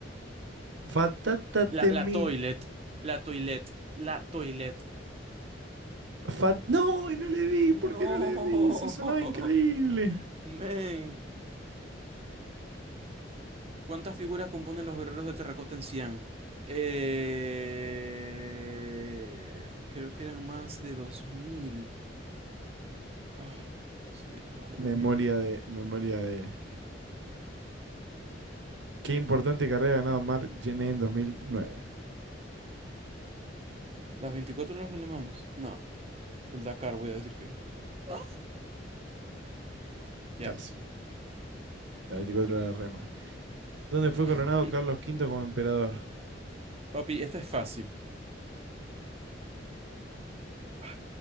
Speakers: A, on the right; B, on the right.
A: Fatata
B: La,
A: temi...
B: la toilet. La toilet. La toilet.
A: Fat... No, y no le di.
B: No.
A: ¿Por qué no le di? Si sonaba increíble.
B: <laughs> Men. ¿Cuántas figuras componen los guerreros de terracota en Xi'an? Eh, creo que eran más de 2000. Ah, sí, eran más de
A: Memoria
B: 2000.
A: de, memoria de. Qué importante carrera ha ganado Mark Gené en 2009.
B: ¿Las veinticuatro horas de Le Mans? No, el Dakar, voy a decir que. Ah, Ya.
A: Casi. La 24 de rema. ¿Dónde fue
B: <laughs>
A: coronado Carlos V como emperador?
B: Papi, esta es fácil. Ay,